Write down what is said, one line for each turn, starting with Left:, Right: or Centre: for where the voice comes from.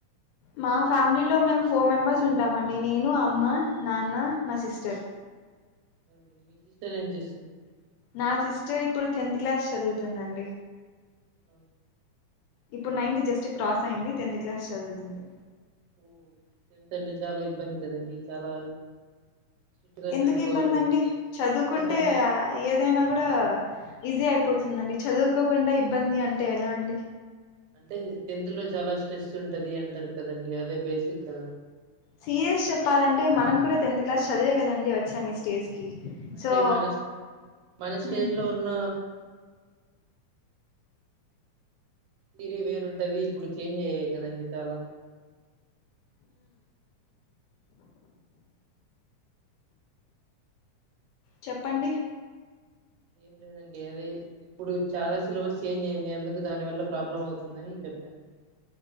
Left: మా ఫ్యామిలీలో మేము ఫోర్ మెంబెర్స్ ఉంటామండి నేను అమ్మ నాన్న నా సిస్టర్
Right: అవు మీ సిస్టర్ ఏం చేస్తుందండి
Left: నా సిస్టర్ ఇప్పుడు టెన్త్ క్లాస్ చదువుతుందండి
Right: అ
Left: ఇప్పుడు నైన్త్ జస్ట్ క్రాస్ అయి్యంది టెన్త్ క్లాస్ చదువుతుంది
Right: ఓ ఎంతంటే చాలా ఇబ్బంది కదండి చాలా స్ట్రిక్ట్ గా
Left: ఎందుకు
Right: చదువుకోవాలి
Left: ఇబ్బంది
Right: కదా
Left: అండి చదువుకుంటే
Right: అంటే చాలా స్ట్రిక్ట్ గా చదువుకో
Left: ఏదైనా కూడా ఈజీ అయిపో పోతుందండి చదువుకోకుండా ఇబ్బంది అంటే ఎలా అండి
Right: అంటే టెన్త్ లో చాలా స్ట్రెస్ ఉంటది అంటారు కదండి అదే బేసిక్
Left: సీరియస్ చెప్పాలంటే మనం కూడా టెన్త్ క్లాస్ చదివే కదండి వచ్చాం ఈ స్టేజ్ కి
Right: అంటే
Left: సో
Right: మన మన స్టేజ్
Left: ఉమ్
Right: లో ఉన్న తీరే వేరుంటది ఇప్పుడు చేంజ్ అయ్యాయి కదండి చాలా
Left: చెప్పండి
Right: ఏం లేదండి అదే ఇప్పుడు చాలా సిలబస్ చేంజ్ అయింది అందుకు దాని వల్ల ప్రాబ్లం అవుతుందని చెప్పాను నేను